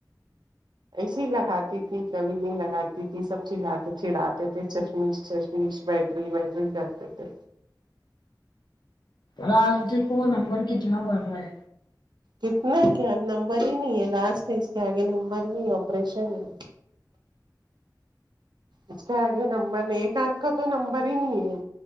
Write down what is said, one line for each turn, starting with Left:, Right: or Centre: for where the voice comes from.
Right: ایسے لگاتی تھی کبھی نہیں لگاتی تھی سب چاتے چڑھاتے تھے چشمش چشمش بیٹری وٹری کرتے تھے
Left: راج د کوو نمبر کتنا بڑھ رہا ہے
Right: کتنا کیا ا نمبر ہی نہیں ہے لاسٹ ہے اس کے آگے نمبر نہیں ہے آپریشن ہے ا آگے نمبمر آنکھ کا تو نمبر ہی نہیں ہے